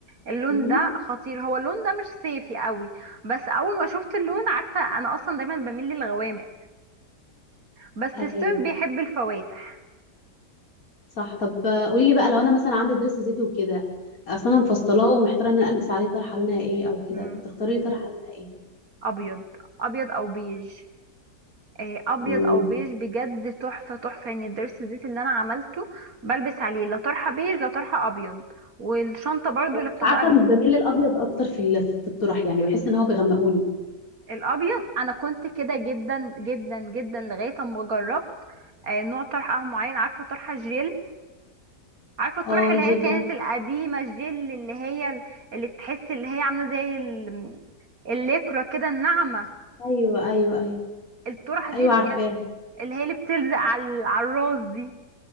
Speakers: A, on the right (about 55°); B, on the left (about 55°).
A: اللون
B: مم.
A: ده خطير هو اللون ده مش صيفي قوي بس اول ما شفت اللون عارفة انا اصلا دايما بميل للغوامق بس
B: ايوه
A: الصيف بيحب الفواتح
B: صح طب آه، قولي لي بقى لو انا مثلا عندي درس زيتي وكده اصلا انا مفصلاه ومحتاره ان انا البس عليه طرحه لونها ايه او كده
A: مم.
B: تختاري لي طرحه لونها ايه
A: ابيض ابيض او بيج آه، ابيض
B: مم.
A: او بيج بجد تحفة تحفة يعني الدرس الزيت اللي انا عملته بلبس عليه لا طرحة بيج لا طرحة ابيض والشنطة برضو
B: مش
A: لا بتبقى
B: عارفه مش بميل للابيض اكتر في ال- في الطرح يعني بحس ان هو بيغمقوني
A: الابيض انا كنت كده جدا جدا جدا لغايه اما جربت آه، نوع طرحه أه معين عارفه طرحه جيل عارفه الطرح
B: اه
A: اللي
B: الجلد
A: هي كانت
B: ده
A: القديمه الجيل اللي هي ال- اللي تحس اللي هي عامله زي ال- الليكرة كده الناعمه
B: ايوه ايوه ايوه
A: الطرحه دي
B: ايوه
A: بجد
B: عارفاها
A: اللي هي اللي بتلزق على على الراس دي